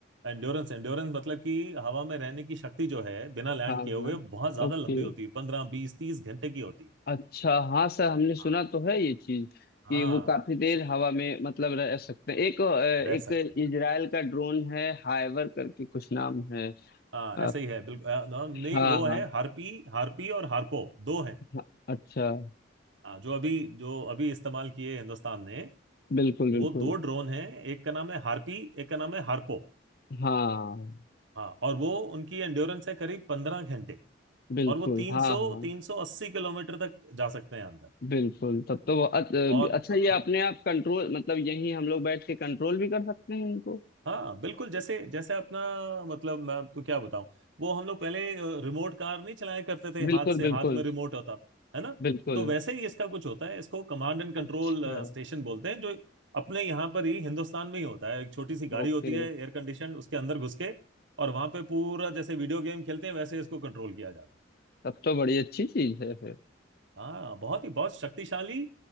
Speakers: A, on the right; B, on the left.
A: एंड्योरेंस एंड्योरेंस मतलब कि हवा में रहने की शक्ति जो है बिना लैंड
B: हाँ
A: किए हुए
B: हाँ
A: बहुत ज्यादा
B: ओके
A: लंबी होती है पंद्रह बीस तीस घंटे की होती है
B: अच्छा हाँ सर हमने सुना
A: हाँ
B: तो है ये चीज
A: हाँ
B: कि वो काफी देर
A: so,
B: हवा में मतलब रह सकते हैं एक अ, एक
A: रह सकते हैं
B: इजराइल का ड्रोन है हाइवर करके कुछ नाम है
A: हाँ
B: अ,
A: ऐसे ही है बिल्कुल आ, ना- नहीं
B: हाँ
A: वो
B: हाँ
A: है हार्पी हार्पी और हार्पो दो हैं
B: हाँ, अच्छा
A: हाँ, जो अभी जो अभी इस्तेमाल किए हिंदुस्तान ने
B: बिल्कुल बिल्कुल
A: वो दो ड्रोन हैं एक का नाम है हार्पी एक का नाम है हार्पो
B: हाँ
A: हाँ और वो उनकी एंड्योरेंस है करीब पंद्रह घंटे
B: बिल्कुल
A: और वो तीन
B: हाँ
A: सौ
B: हाँ
A: तीन सौ अस्सी किलोमीटर तक जा सकते हैं अंदर
B: बिल्कुल तब तो वो अत-
A: और
B: अच्छा
A: हाँ,
B: ये अपने आप कंट्रोल मतलब यहीं हम लोग बैठ के कंट्रोल भी कर सकते हैं इनको
A: हाँ बिल्कुल जैसे जैसे अपना मतलब मैं आपको क्या बताऊं वो हम लोग पहले अ, रिमोट कार नहीं चलाया करते थे
B: बिल्कुल
A: हाथ से
B: बिल्कुल
A: हाथ में रिमोट होता था है ना
B: बिल्कुल
A: तो वैसे ही इसका कुछ होता है इसको कमांड एंड कंट्रोल
B: अच्छा
A: स्टेशन बोलते हैं जो अपने यहाँ पर ही हिंदुस्तान में ही होता है एक छोटी सी गाड़ी
B: ओके
A: होती है एयर कंडीशन उसके अंदर घुस के और वहां पे पूरा जैसे वीडियो गेम खेलते हैं वैसे इसको कंट्रोल किया जाता है
B: तब तो बड़ी अच्छी चीज है फिर
A: हाँ बहुत ही बहुत शक्तिशाली